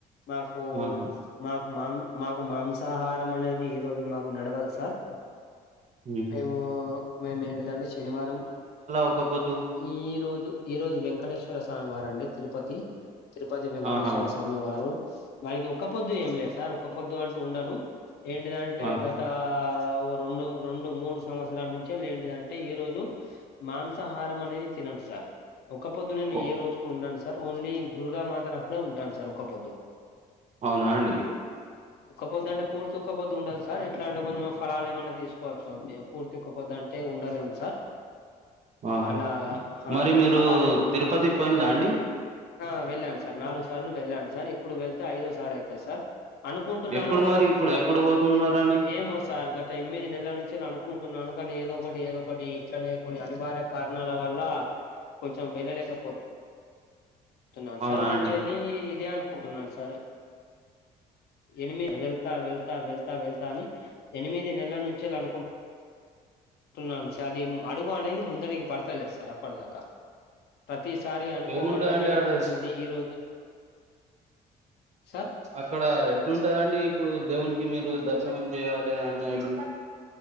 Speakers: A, on the left; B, on the right.
A: మాకు
B: ఆహా
A: మా మాం మాకు మాంసాహారం అనేది ఈ రోజు మాకు నడవదు సార్
B: మ్ హు
A: మేము మేము ఏంటిదంతే శనివారం
B: ఒక పొద్దు
A: ఈ రోజు ఈ రోజు వెంకటే ేశ్వర స్వామి వారండి తిరుపతి తిరుపతి వెంకటేశ్వర
B: ఆహా
A: స్వామి వారు మనకి ఒక పొద్దు ఏం లేదు సార్ ఒక పొద్దు అంటూ ఉండను ఏంటిదంటే
B: ఆహా
A: గత ఒక రేండు రెండు మూడు సంవ్ స్తరా ల నుంచేలేంటిదంటే ఈ రోజు మాంసాహారం అనేది తినం సార్ ఒకక్క పొద్దు నేను
B: ఓ
A: ఏ రోజు కూడా ఉండను సార్ ఓన్లీ దుర్గామాతలప్పుడే ఉంటాను సార్ ఒక పొద్దు
B: అవునా అండి
A: ఒక్కపోద్ అంటే పూర్తి ఒక్కపోద్ ఉండను సార్ ఎట్లా అంటే కొంచెం ఫలాలు ఏమైన్నా తీసుకోవచ్చు అంతే పూర్తి ఒక్కపొద్దు అంటే ఉండలేం సార్
B: ఆహా
A: అలా హా
B: మరి మీరు
A: ఫలాలేం
B: తిరుపతి పోయిన్లా అండి
A: హ వెళ్ళాను సార్ నాలుగు సార్లు వెళ్ళాను సార్ ఇప్పుడు వెళ్తే ఐదో సారి అయితది సార్ అనుకుంటున్నాను
B: ఎప్పుడు
A: గత
B: మరి ఇప్పుడు
A: గ
B: ఎప్పుడు పోతున్నారండి
A: ఏమో సార్ గత ఎనిమిది నెలల నుంచి అనుకు అనుకని ఏదో ఒకటి ఏదో ఒకటి ఇట్లనే కొన్ని అనివార్య కారణాల వల్ల కొంచెం వెళ్ళలేకపో నాను
B: అవునా
A: సార్ నుంచి
B: అండి
A: వెళ్ళి ఇదే అనుకుంటున్నాను సార్ ఎనిమి వెళ్తా వెళ్తా వెళ్తా వెళ్తా అని ఎనిమిది నెలల నుంచేల్ అనుకుం అ అంటున్నాను సార్ ఇ అడుగు అనేది ముందడికి పడతలేదు సార్ అప్పటిదాకా ప్ర ప్రతిసారి అనుకోవడంలోనే
B: ఏముంటదండి ఆడ
A: పోతుంది
B: ఇస్
A: ఈ రోజు సార్
B: అక్కడ ఎట్లు ఉంటదండి ఇప్పుడు దేవునికి మీరు దర్శనం చేయాలి అనేది